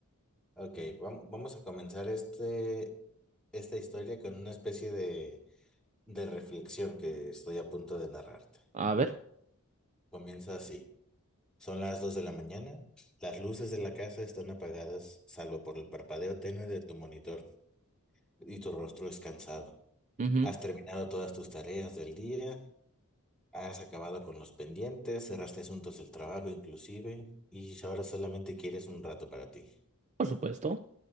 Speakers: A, in the centre; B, on the right (about 30°).
A: Ok, vam- vamos a comenzar este, esta historia con una especie de, de reflexión que estoy a punto de narrarte.
B: A ver,
A: Comienza así. Son las 2 de la mañana. Las luces de la casa están apagadas, salvo por el parpadeo tenue de tu monitor, y tu rostro es cansado.
B: ujú,
A: Has terminado todas tus tareas del día, has acabado con los pendientes, cerraste asuntos del trabajo inclusive, y ahora solamente quieres un rato para ti.
B: Por supuesto.